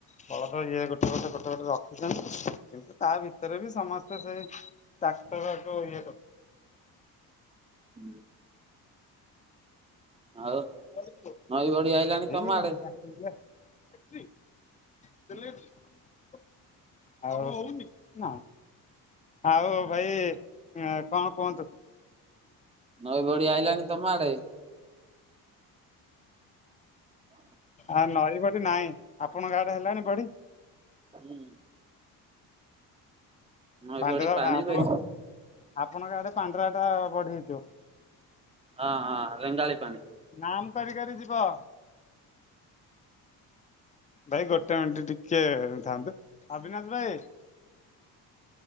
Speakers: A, on the left (about 20°); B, on the right (about 15°).
A: ବଳଦ ଇଏ ଗୋଟେ ଗୋଟେ ଗୋଟେ ଗୋଟେ ରଖିଛନ୍ତି କିନ୍ତୁ ତା ଭିତରେ ବି ସମସ୍ତେ ସେଇ ଟାକ୍ଟର ଯୋ ଇଏ କରୁ
B: ହୁଁ। ଆଉ।
A: କୁଆଡେ
B: ନଈ ବଢି ଆଇଲାଣି
A: ଯିବ
B: ତମ ଆଡେ?
A: ଏଇ ଟା <unintelligible> ଆଉ <unintelligible> ନାଁ। ଆଉ ଭାଇ କଣ କୁହନ୍ତୁ?
B: ନଈ ବଢି ଆଇଲାଣି ତମ ଆଡେ?
A: ଆ ନଈବଢି ନାଇଁ। ଆପଣ ଙ୍କ ଆଡେ ହେଲାଣି ବଢି?
B: ହୁଁ ନଈ
A: ପାଣ୍ଡରା
B: ବଢି ପାଣି
A: ଆପଣ
B: ବେଶୀ
A: ଆପଣଙ୍କ ଆଡେ ପାଣ୍ଡରା ଟା ବଢିଥିବ।
B: ହଁ ହଁ ରେଙ୍ଗାଳି ପାଣି।
A: ନାମ୍ କରି କରି ଯିବ। ଭାଇ ଗୋଟେ ମିନିଟ୍ ଟିକେ ଥାନ୍ତୁ ଅବିନାଶ ଭାଇ।